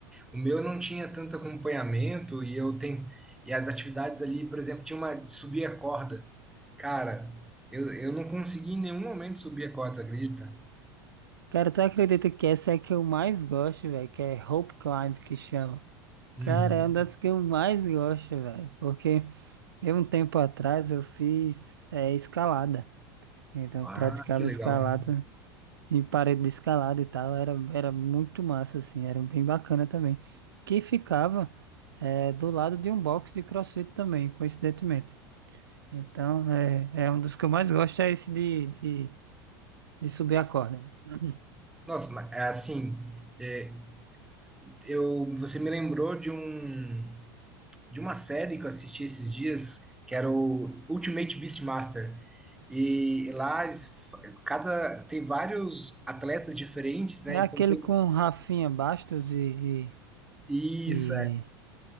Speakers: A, in the centre; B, on the right.
A: O meu não tinha tanto acompanhamento e eu tenho e as atividades ali, por exemplo, tinha uma de subir a corda. Cara, eu, eu não consegui em nenhum momento subir a corda, acredita?
B: Cara, tu acredita que essa é a que eu mais gosto, velho, que é rope climb que chama.
A: Uhum.
B: Cara, é uma das que eu mais gosto, velho, porque eu um tempo atrás eu fiz é, escalada, então
A: Ah,
B: eu praticava
A: que legal.
B: escalada em parede de escalada e tal, era, era muito massa, assim, era bem bacana também. Que ficava eh, do lado de um box de CrossFit também, coincidentemente. Então, é, é um dos que eu mais gosto, é esse de, de, de subir a corda. Uhum.
A: Nossa, mas é assim, é, eu você me lembrou de um de uma série que eu assisti esses dias, que era o Ultimate Beastmaster. E lá eles, fa- cada tem vários atletas diferentes, né?
B: É aquele
A: Então tem-
B: com Rafinha Bastos e,
A: isso,
B: e,
A: é,
B: e-